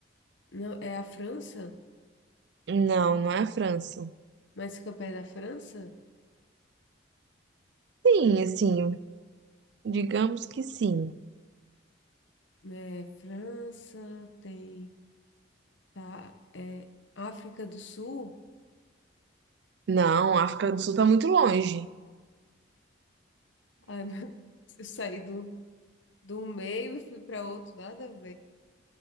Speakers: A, on the left (about 75°); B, on the right (about 60°).
A: Não, é a França?
B: Não, não é a França.
A: Mas fica perto da França?
B: Sim, assim, digamos que sim.
A: É, França tem. Tá. É África do Sul?
B: Não, a África do Sul tá muito longe.
A: Ai, <laughs> meu Deus, eu saí do, do meio e fui para outro, nada a ver.